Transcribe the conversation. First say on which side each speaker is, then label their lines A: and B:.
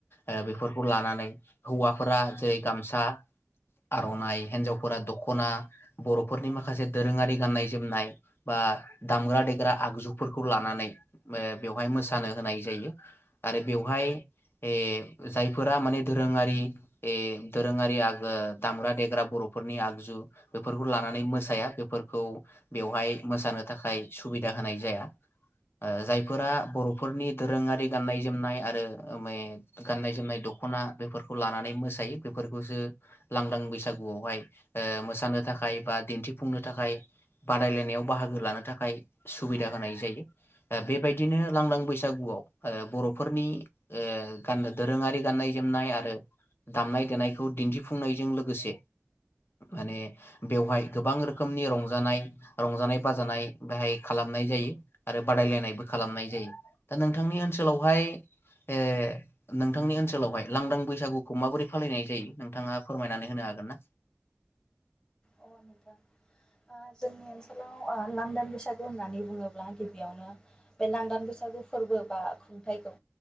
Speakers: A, on the left; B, on the left.
A: अ बेफोरखौ लानानै हौवाफोरा जेरै गामसा आर'नाइ हिन्जावफोरा दख'ना बर'फोरनि माखासे दोरोङारि गाननाय जोमनाय बा दामग्रा देग्रा आगजुफोरखौ लानानै अ बेवहाय मोसानो होनाय जायो आरो बेवहाय ए जायफोरा माने दोरोङारि ए दोरोङारि गा दामग्रा देग्रा बर'फोरनि आगजु बेफोरखौ लानानै मोसाया बेफोरखौ बेवहाय मोसानो थाखाय सुबिदा होनाय जाया अ जायफोरा बर'फोरनि दोरोङारि गाननाय जोमनाय आरो माने गाननाय जोमनाय दख'ना बेफोरखौ लानानै मोसायो बेफोरखौसो लांदां बैसागुआवहाय अ मोसानो थाखाय बा दिन्थिफुंनो थाखाय बादायलायनायाव बाहागो लानो थाखाय सुबिदा होनाय जायो अ बेबायदिनो लांदां बैसा बैसागुआव अ बर'फोरनि अ गाननो दोरोङारि गाननाय जोमनाय आरो दामनाय देनायखौ दिन्थिफुंनायजों लोगोसे माने बेवहाय गोबां रोखोमनि रंजानाय रंजानाय बाजानाय बेहाय खालामनाय जायो आरो बादायलायनायबो खालामनाय जायो दा नोंथांनि ओनसोलावहाय अ नोंथांनि ओनसोलावहाय लांदां बैसागुखौ माबोरै फालिनाय जायो नोंथाङा फोरमायनानै होनो हागोन ना
B: अ नोंथां अ जोंनि ओनसोलाव अ लांदान बैसागु होननानै बुङोब्ला गिबियावनो बे लांदान बैसागु फोरबो बा खुंथाइखौ